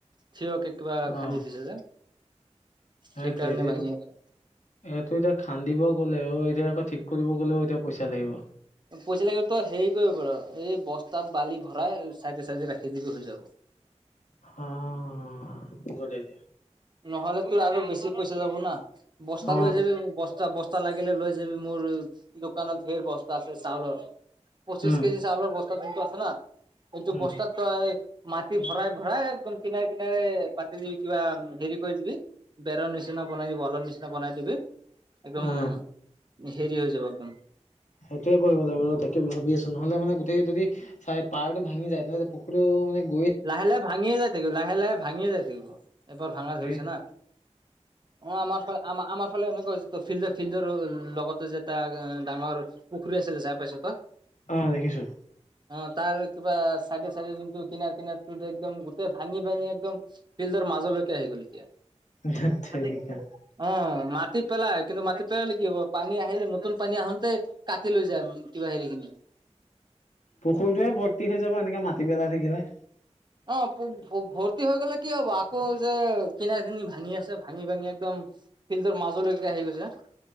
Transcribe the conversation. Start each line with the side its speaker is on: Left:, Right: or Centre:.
Right: থিয়কে কিবা
Left: অ
Right: খান্দি দিছে যে।
Left: সেইটোৱে।
Right: সেইকাৰণে
Left: এতিয়া এইটোক-
Right: ভাঙি আছে
Left: এইটো এতিয়া খান্দিব গ'লেও, এতিয়া আকৌ ঠিক কৰিব গ'লেও এতিয়া পইচা লাগিব।
Right: পইচা লাগিব। তই হেৰি কৰিব পাৰোঁ, এই বস্তাত বালি ভৰাই চাইডে চাইডে ৰাখি দিবি, হৈ যাব।
Left: হ', গুড আইডিয়া।
Right: নহ'লে তোৰ আৰু বেছি পইচা যাব না। বস্তা
Left: অ
Right: লৈ যাবি বস্তা, বস- তা লাগিলে লৈ যাবি। মোৰ দোকানত ধেৰ বস্তা আছে চাউলৰ। পঁচিশ
Left: উম
Right: কেজি চাউলৰ বস- তা যোনটো আছে ন', সেইটো
Left: উম
Right: বস্তাত - তই মাটি ভৰাই-ভৰাই একদম কিনাৰে কিনাৰে পাতি দি, কিবা ম' - হেৰি কৰি দিবি, বেৰ নিচিনা বনাই দি, ৱালৰ নিচিনা বনাই দিবি। একদম,
Left: অ
Right: হেৰি হৈ যাব একদম।
Left: সেইটোৱে কৰিব লাগিব ৰ', তাকে ভাবি আছোঁ। নহ'লে মানে গোটেই যদি চাই পাৰটো ভাঙি যায়, নহয় যে- পুখুৰীও মানে -
Right: লাহে লাহে ভাঙিয়ে যাই থাকিব। লাহে লাহে ভাঙিয়ে যাই থাকিব। এবাৰ ভাঙা ধৰিছে
Left: এ
Right: না। অ' আমাৰ ফা, আমা-আমাৰ - ফালে এনেকুৱা হৈছে ত'। ফিল্ডে, ফিল্ডৰ লগতে যে এটা এ', ডাঙৰ - পুখুৰী আছিলে, যায় পাইছোঁ ত'?
Left: অ', দেখিছোঁ।
Right: অ', তাৰ কিবা চাইডে চাইডে জোনটো - কিনাৰ কিনাৰটোত একদম গোটেই ভাঙি ভাঙি একদম ফিল্ডৰ মাজলৈকে আহি গ'ল এতিয়া।
Left: ধেৎ তেৰিকা
Right: <unintelligible> অ', মাটি পেলায়। কিন্তু মাটিত পেলালে কি হ'ব? পানী আহিলে নতুন পানী আহঁতে - কাটি লৈ যায়, ম' কিবা হেৰিখিনি।
Left: পুখুৰটোহে ভৰ্তি হৈ যাব এনেকে মাটি পেলাই থাকিলে।
Right: অ', প'-ভ-ভৰ্তি হৈ গ'লে কি হ'ব? আকৌ যে কিনাখিনি - ভাঙি আছে। ভাঙি-ভাঙি একদম ফিল্ডৰ মাজলৈকে আহি গৈছে।